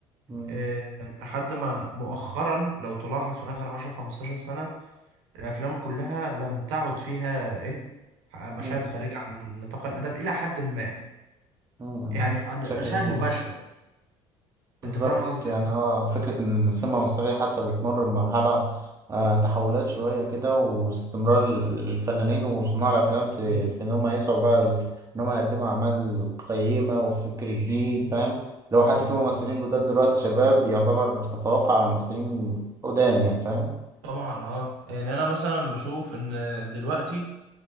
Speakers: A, on the right; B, on the right.
A: مم،
B: آه، لحد ما مؤخرا لو تلاحظ في آخر 10 15 سنة الافلام كلها لم تعد فيها ايه مشاهد
A: مم،
B: خارجه عن نطاق الادب الى حد ما
A: مم، مم،
B: يعني مشاهد
A: بشكل كبير
B: مباشره
A: بالظبط
B: انت فاهم قصدي
A: يعني
B: صح؟
A: هو فكرة إن السمة المصرية حتى بتمر بمرحلة آه، تحولات شوية كده واستمرار الفنانين وصناع الأفلام في
B: مم.
A: في إن هم يسعوا بقى ال- إن هم يقدموا أعمال قيمة وفكر جديد
B: مم.
A: فاهم لو حتى
B: مم.
A: في ممثلين جداد دلوقتي شباب يعتبر تفوق على ممثلين قدام يعني فاهم
B: طبعا اه يعني انا مثلا بشوف ان دلوقتي